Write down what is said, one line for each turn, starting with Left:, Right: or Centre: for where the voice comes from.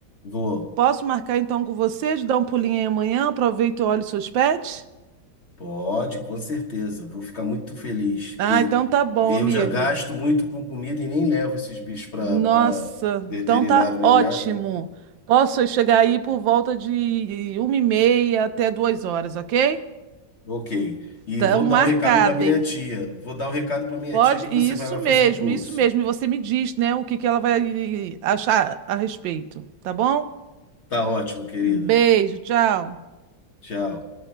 Left: Vou,
Right: Posso marcar então com vocês, dar um pulinho aí amanhã, aproveito e olho seus pets?
Left: pode, com certeza. Vou ficar muito feliz, porque
Right: Ah, então tá bom,
Left: eu
Right: amigo.
Left: já gasto muito com comida e nem levo esses bichos para
Right: Nossa,
Left: para veterinário
Right: então tá
Left: nem
Right: ótimo.
Left: nada.
Right: Posso chegar aí por volta de uma e meia até duas horas, ok?
Left: Ok. E
Right: Então
Left: vou
Right: marcado,
Left: dar o recado para minha
Right: hein?
Left: tia. Vou dar o recado para minha
Right: Pode?
Left: tia que você
Right: Isso
Left: vai lá
Right: mesmo,
Left: fazer o curso.
Right: isso mesmo. E você me diz, né, o que que ela vai achar a respeito, tá bom?
Left: Tá ótimo, querido.
Right: Beijo, tchau.
Left: Tchau.